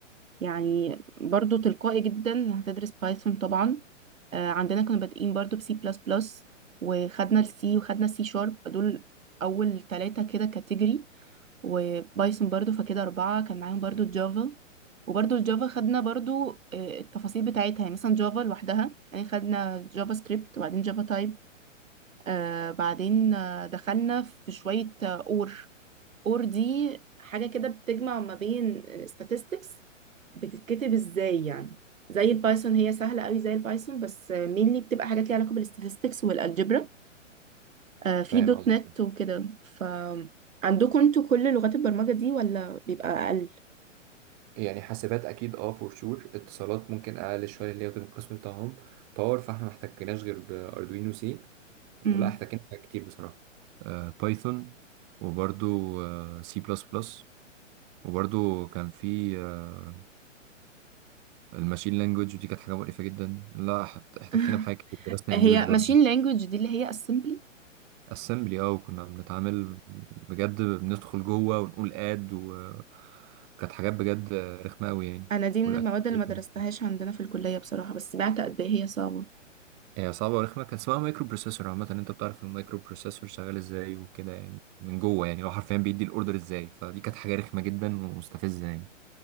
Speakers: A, on the right; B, on the right.
A: يعني برضو تلقائي جدا هتدرس بايثون طبعا آه، عندنا كنا بادئين برضو بسي بلس بلس وخدنا السي وخدنا السي شارب فدول أول ثلاثة كده كاتيجوري وبايثون برضو فكده أربعة كان معاهم برضو الجافا وبرضو الجافا خدنا برضو آه، التفاصيل بتاعتها يعني مثلا جافا لوحدها يعني خدنا جافا سكريبت وبعدين جافا تايب آه بعدين آه دخلنا في شوية اور اور دي حاجة كده بتجمع ما بين statistics بتتكتب ازاي يعني زي البايثون هي سهلة قوي زي البايثون بس مينلي بتبقى حاجات ليها علاقة بالستاتستكس والالجبرا آه، في
B: فاهم
A: دوت
B: قصدي
A: نت وكده ف عندكم انتوا كل لغات البرمجة دي ولا بيبقى أقل؟
B: يعني حاسبات اكيد اه فور شور اتصالات ممكن اقل شويه اللي هي بتبقى القسم بتاعهم باور فاحنا ما احتكناش غير باردوينو سي ولا
A: مم.
B: احتكينا بحاجات كتير بصراحه آه، بايثون وبرضو سي بلس بلس وبرضو كان في آه، الماشين لانجوج دي كانت حاجه مقرفه جدا لا حت... احتكينا
A: <laughs>
B: بحاجه كتير درسنا
A: هي
B: امبيدد برضه
A: ماشين لانجوج دي اللي هي assembly
B: اسمبلي اه وكنا بنتعامل بجد بندخل جوه ونقول اد و- وكانت حاجات بجد رخمه قوي يعني
A: انا دي من
B: والاكتيفيتور
A: المواد اللي ما درستهاش عندنا في الكلية بصراحة بس سمعت قد ايه هي صعبة
B: هي صعبه ورخمه كان اسمها مايكرو بروسيسور عامه انت بتعرف المايكرو بروسيسور شغال ازاي وكده يعني من جوه يعني لو حرفيا بيدي الاوردر ازاي فدي كانت حاجه رخمه جدا ومستفزه يعني